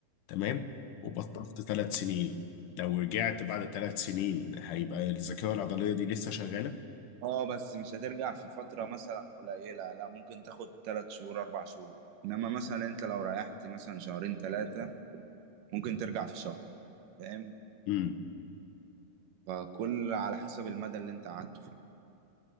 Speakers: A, on the left; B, on the right.
A: تمام وبطلت ثلاث سنين لو رجعت بعد ثلاث سنين هيبقى الذاكرة العضلية دي لسه شغالة
B: اه بس مش هترجع في فترة مثلا قليلة لا ممكن تاخد تلات شهور أربع شهور إنما مثلا أنت لو ريحت مثلا شهرين تلاتة ممكن ترجع في شهر فاهم
A: امم
B: فكل على حسب المدى اللي أنت قعدته فيه